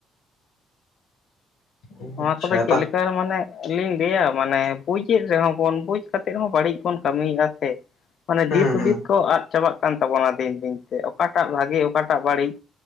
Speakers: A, on the left; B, on the left.
A: ᱟᱪᱪᱷᱟ
B: ᱱᱚᱣᱟ ᱠᱚᱫᱚ ᱪᱮᱫ
A: ᱛᱟ
B: ᱞᱮᱠᱟ ᱨᱮ ᱢᱟᱱᱮ ᱞᱤᱧ ᱞᱟᱹᱭᱟ ᱢᱟᱱᱮ ᱵᱩᱡᱮᱫ ᱨᱮᱦᱚᱸ ᱵᱚᱱ ᱵᱩᱡ ᱠᱟᱛᱮᱫ ᱦᱚᱸ ᱵᱟᱹᱲᱤᱡ ᱵᱚᱱ ᱠᱟᱹᱢᱤᱭᱮᱜᱼᱟ ᱥᱮ? ᱢᱟᱱᱮ
A: ᱦᱩᱸ
B: ᱫᱤᱥ ᱦᱩᱫᱤᱥ
A: ᱦᱩᱸ
B: ᱠᱚ ᱟᱫ ᱪᱟᱵᱟᱜ ᱠᱟᱱ ᱛᱟᱵᱚᱱᱟ ᱫᱤᱱ ᱫᱤᱱᱛᱮ ᱚᱠᱟᱴᱟᱜ ᱵᱷᱟᱜᱮ ᱚᱠᱟᱴᱟᱜ ᱵᱟᱹᱲᱤᱡ